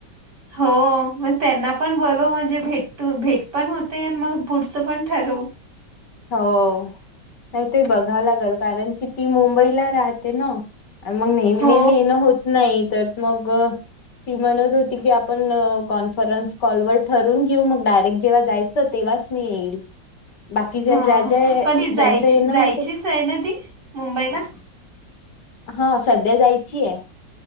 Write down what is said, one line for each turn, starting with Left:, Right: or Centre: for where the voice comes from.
Right: हो मग त्यांना पण बोल म्हणजे भेट भेट पण होते आणि मग पुढचं पण ठरव
Left: हो नाही ते बघावं लागेल कारण कि ती मुंबईला राहते ना मग नेहमी
Right: हो
Left: नेहमी येणं होत नाही तर मग ती म्हणत होती की आपण कॉन्फरन्स कॉलवरर ठरून घेऊ मग डायरेक्ट जेव्हा जायचं तेव्हा रशम येईल बाकी ज्या
Right: ह
Left: ज्या ज्या
Right: पण ती जायची
Left: ज्यांचं येणं
Right: जायचीच
Left: होते
Right: आहे ना ती मुंबईला
Left: हा सध्या जायची आहे